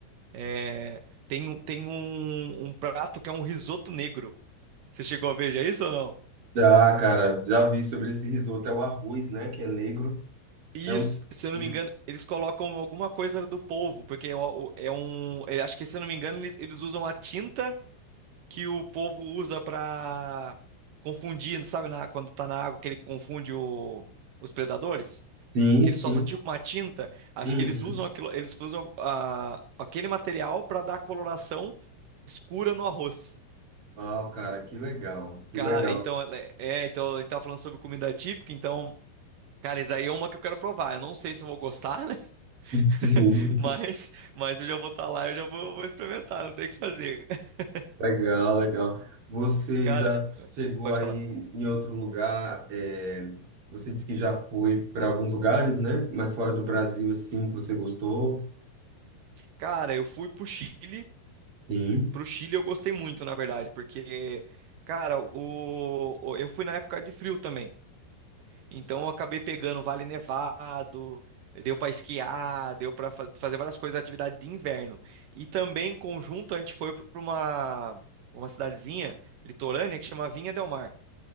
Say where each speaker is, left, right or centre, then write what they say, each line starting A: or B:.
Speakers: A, on the right; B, on the right.
A: é, tem, um- tem um, um prato que é um risoto negro. Você chegou a ver já isso ou não?
B: Já, cara, já vi sobre esse risoto, é o arroz, né, que é negro.
A: E,
B: É um...
A: se eu
B: ele-
A: não me engano, eles colocam alguma coisa do polvo, porque é o- o- é um. eu Acho que, se eu não me engano, eles, eles usam a tinta que o polvo usa pra confundir, sabe, na- quando tá na água, que ele confunde o- os predadores,
B: Sim,
A: que
B: sim.
A: ele solta tipo uma tinta. Acho
B: Uhum.
A: que eles usam aquilo, eles usam ah, aquele material pra dar coloração escura no arroz.
B: Ah, cara, que legal, que
A: Cara,
B: legal.
A: então, ela é, é, então a gente tava falando sobre comida típica, então, cara, isso aí é uma que eu quero provar. Eu não sei se eu vou gostar, <laughs> né?
B: <laughs>
A: <laughs>
B: Sim.
A: Mas, mas eu já vou estar lá, eu já vou, vou experimentar, não tem o que fazer. <laughs>
B: Legal, legal. Você
A: Cara,
B: já chegou
A: pode
B: aí
A: falar.
B: em outro lugar? é, você disse que já foi para alguns lugares, né? Mas fora do Brasil, assim, que você gostou?
A: Cara, eu fui pro Chile.
B: Sim.
A: Pro Chile eu gostei muito, na verdade, porque, cara, o, o- eu fui na época de frio também. Então eu acabei pegando Vale Nevado, deu pra esquiar, deu pra fa- fazer várias coisas, atividade de inverno. E também, em conjunto, a gente foi pra uma, uma cidadezinha litorânea que chama Vinha del Mar.